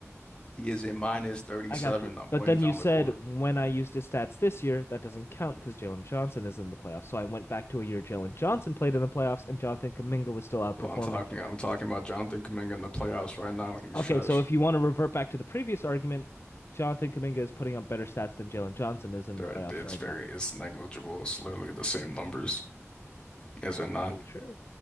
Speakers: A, on the left; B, on the left.
A: he is a minus 37
B: I got you. But
A: when
B: then
A: he's
B: you
A: on
B: said
A: the court.
B: when I used his stats this year, that doesn't count because Jalen Johnson is in the playoffs. So I went back to a year Jalen Johnson played in the playoffs and Jonathan Kaminga was still outperforming
A: Well, I'm talking
B: him.
A: I'm talking about Jonathan Kuminga in the playoffs right now, and he's
B: Okay,
A: trash.
B: so if you want to revert back to the previous argument, Jonathan Kaminga is putting up better stats than Jalen Johnson is in
A: There,
B: the playoffs
A: it's
B: right
A: very
B: now.
A: it's negligible. It's literally the same numbers, is it not?
B: Are you sure?